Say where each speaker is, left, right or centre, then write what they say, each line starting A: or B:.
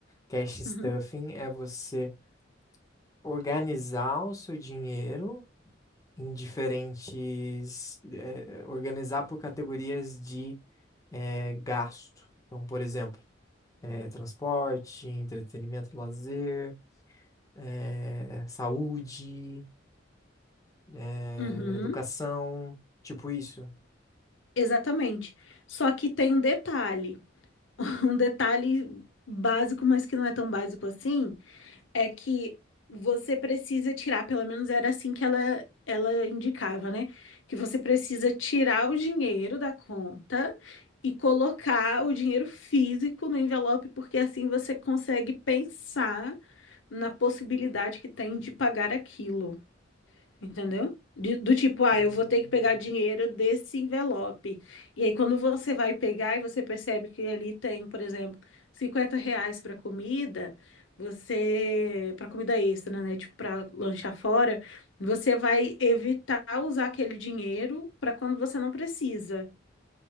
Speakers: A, on the left (about 20°); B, on the left (about 90°).
A: Cash stuffing
B: Uhum.
A: é você organizar o seu dinheiro em diferentes, eh, organizar por categorias de, eh, gasto. Então, por exemplo, é, transporte, entretenimento, lazer, é, saúde, é,
B: Uhum.
A: educação, tipo isso.
B: Exatamente. Só que tem um detalhe, <laughs> um detalhe básico, mas que não é tão básico assim, é que você precisa tirar, pelo menos era assim que ela, ela indicava, né? Que você precisa tirar o dinheiro da conta e colocar o dinheiro físico no envelope, porque assim você consegue pensar na possibilidade que tem de pagar aquilo. Entendeu? De- do tipo, ah,
A: Hum.
B: eu vou ter que pegar dinheiro desse envelope. E aí, quando você vai pegar e você percebe que ali tem, por exemplo, 50 reais para comida, você, para comida extra, né? Tipo, para lanchar fora, você vai evitar usar aquele dinheiro para quando você não precisa.